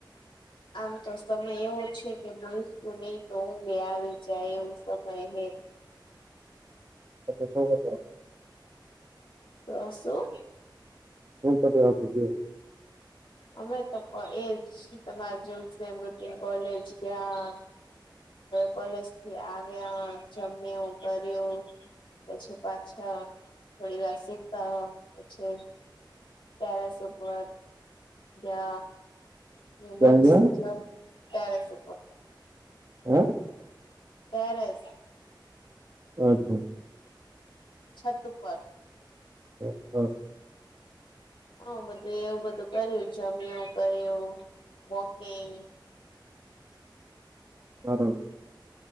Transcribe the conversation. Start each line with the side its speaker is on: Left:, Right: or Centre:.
Left: આમ તો સમય એવો છે કે બોલશું નહી તો ઊઘે આવી જાય એવું સમય હે
Right: તમે શું કરો?
Left: અ સુ
Right: <unintelligible>
Left: <inaudible> અમે તો એજ તમારે જોવુંજ રૂટીન કોલેજ ગયા કોલેજ થી આવ્યા જમ્યો કર્યું પછી પાછા થોડી વાર સુતા પછી ટેરેસ ઉપર ગયા હમ
Right: ક્યાં
Left: બસ
Right: ગયા
Left: <unintelligible> ટેરેસ ઉપર
Right: હમ
Left: ટેરેસ
Right: અચ્છા
Left: છત ઉપર
Right: હ હમ
Left: હમ બધું એવું બધું કર્યું જમિંયુ કર્યું વોકિંગ
Right: બરોબર.